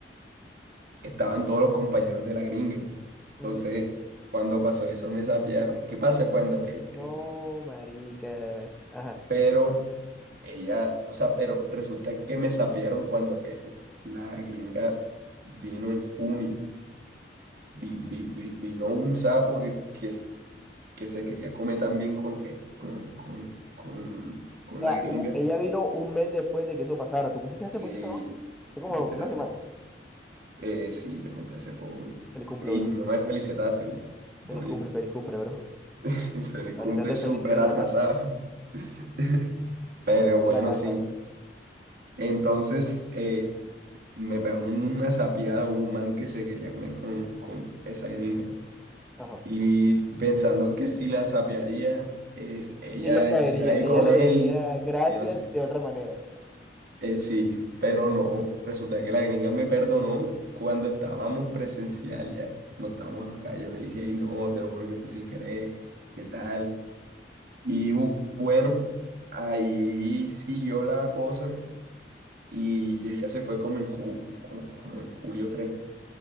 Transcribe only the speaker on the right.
estaban todos los compañeros de la gringa. Entonces,
cuando pasó eso, me sapearon. ¿Qué pasa cuando... eh,
eh,
pero ella, o sea, pero resulta que me sapearon cuando eh, eh, la gringa vino en junio. Vi- vi- vi- vino un sapo que, que, se que se quería comer también con, eh, con, con, con, con
la gringa.
Sí,
literalmente.
Eh, sí, yo cumplí hace poco. y-
Ey,
no me felicitaste, ¿viste?
Todo bien.
<laughs> pero el
cumple
súper
atrasado.
<laughs> Pero
bueno,
sí.
Entonces, eh, me pegó una sapiada un man que se quería comer con, con esa gringa.
Y pensando que si la sapearía, es, ella
se iba a ir
con
él,
que no sé.
Eh, sí, pero no, resulta que la gringa me perdonó cuando estábamos presencial ya, no estábamos acá, yo le dije, y no, te lo juro que fue sin querer, ¿qué tal? Y bu- bueno, ahí siguió la cosa y ella se fue como en, ju- como, como en julio 3